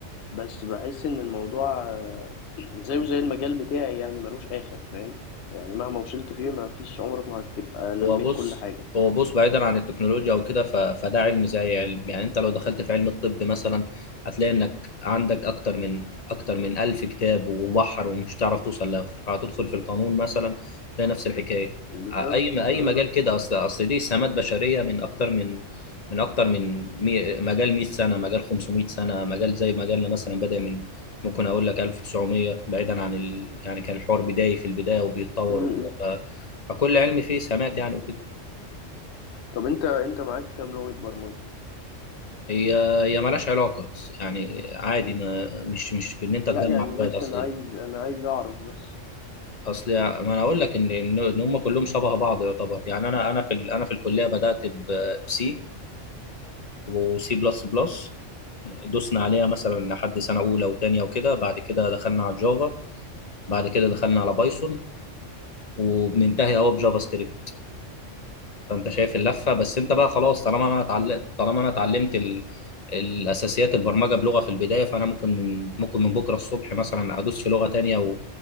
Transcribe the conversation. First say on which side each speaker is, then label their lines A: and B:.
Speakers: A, on the left (about 60°); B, on the left (about 40°).
A: بس بحس ان الموضوع زيه زي المجال بتاعي يعني ملوش آخر فاهم يعني مهما وصلت فيه ما فيش عمرك ما هتبقى لميت
B: هو بص
A: كل حاجة
B: هو بص بعيدا عن التكنولوجيا او كده ف- فده علم زي علم يعني انت لو دخلت في علم الطب مثلا هتلاقي انك عندك اكتر من اكتر من الف كتاب وبحر ومش هتعرف توصل لاخر هتدخل في القانون مثلا هتلاقي نفس الحكايه
A: بالظبط
B: ع- اي ما اي
A: م-
B: مجال كده اصل اصل دي سمات بشريه من اكتر من من اكتر من مي مجال 100 سنه مجال 500 سنه مجال زي مجالنا مثلا بدا من ممكن اقول لك 1900 بعيدا عن ال... يعني كان الحوار بداية في البدايه وبيتطور
A: م- م.
B: وكده فكل علم فيه سمات يعني وكده
A: طب انت انت معاك كام لغة برمجة
B: هي هي مالهاش علاقه بس يعني عادي ما مش مش بان انت تجمع
A: لا يعني
B: لغايه
A: بس
B: اصل
A: انا عايز انا عايز اعرف بس
B: اصل ما انا اقول لك ان ان إن هم كلهم شبه بعض يعتبر يعني انا انا في ال- انا في الكليه بدات بسي وسي بلس بلس دوسنا عليها مثلا لحد سنه اولى وثانيه وكده بعد كده دخلنا على جافا بعد كده دخلنا على بايثون وبننتهي اهو بجافا سكريبت فانت شايف اللفه بس انت بقى خلاص طالما انا اتعلمت طالما انا اتعلمت ال... الاساسيات البرمجه بلغه في البدايه فانا ممكن من ممكن من بكره الصبح مثلا ادوس في لغه تانية و...